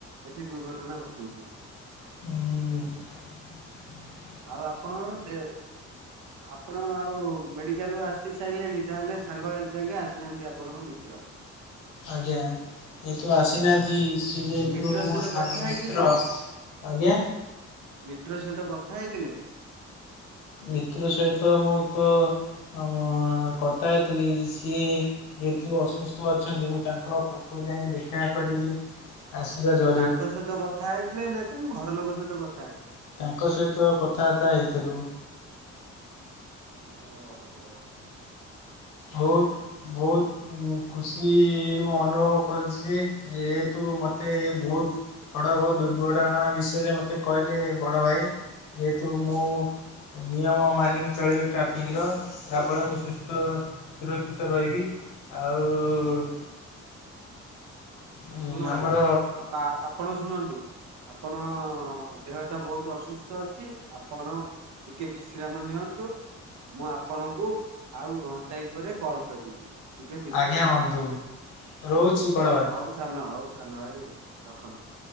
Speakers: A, on the right; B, on the left.
A: ଏଠି ଦୁର୍ଘଟଣା ଘଟୁଚି।
B: ହୁଁ
A: ଆଉ ଆପଣଙ୍କର ଦେ ଆପଣ ଆଉ ମେଡିକାଲୁ ଆସି ସାରିଲେଣି, ତାହେଲେ ସାଙ୍ଗ ଯାକେ ଆସିନାହାନ୍ତି ଆପଣଙ୍କ ମିତ୍ର?
B: ଆଜ୍ଞା, ଏ ତୁ ଆସିନାହାନ୍ତି ସ ଯୋଇଥିବୁ
A: ମିତ୍ର
B: ମୋ
A: ସହିତ
B: ସା
A: କଥା
B: ମିତ୍ର,
A: ହେଇଥିଲେ
B: ଆଜ୍ଞା।
A: ମିତ୍ର ସହିତ କଥା ହେଇଥିଲେ?
B: ମିତ୍ର ସହିତ ମୁଁ ତ ଆ ମୁ କଥା ହେଇଥିଲି, ସିଏ ଯେହେତୁ ଅସୁସ୍ଥ ଅଛନ୍ତି, ମୁଁ ତାଙ୍କ ପାଖକୁ ଯାଇ ଦେଖା କରିବି। ଆସିବା ଯ
A: ତାଙ୍କ ସହିତ କଥା ହେଇଥିଲେ ନା, ତାଙ୍କ ଘର ଲୋକ ସହିତ କଥା ହେଇଥିଲେ?
B: ତାଙ୍କ ସହିତ କଥାବାର୍ତ୍ତା ହେଇଥିଲୁ।
A: ଓହୋ।
B: ବହୁତ,
A: ହଁ
B: ବହୁତ ଖୁସି ମୁଁ ଅନୁଭବ କରିଚି ଯେ, ଯେହେତୁ ମୋତେ ବହୁତ ସଡ଼କ ଦୁର୍ଘଟଣା ବିଷୟରେ ମୋତେ କହିଲେ ବଡ଼ ଭାଇ, ଯେହେତୁ ମୁଁ ନିୟମ ମାନି କି ଚଲେଇବେ ଟ୍ରାଫିକର ଯାହାଫଳରେ ମୁଁ ସୁସ୍ଥ ସୁରକ୍ଷିତ ରହିବି ଆଉ ଉଁ,
A: ଶୁଣନ୍ତୁ
B: ଆମର
A: ଆପା ଆପଣ ଶୁଣନ୍ତୁ। ଆପଣ ଦେହଟା ବହୁତ ଅସୁସ୍ଥ ଅଛି। ଆପଣ ଟିକେ ବିଶ୍ରାମ ନିଅନ୍ତୁ। ମୁଁ ଆପଣଙ୍କୁ ଆଉ ଘଣ୍ଟାଏ ପରେ କଲ୍ କରିବି। ଟିକେ ବିଶ୍ରାମ
B: ଆଜ୍ଞା ବନ୍ଧୁ
A: କରନ୍ତୁ
B: ରହୁଛି
A: ହଁ।
B: ବଡ଼ ଭାଈ।
A: ହଉ ସାନ ହଉ ସାନ ଭାଇ ରଖନ୍ତୁ।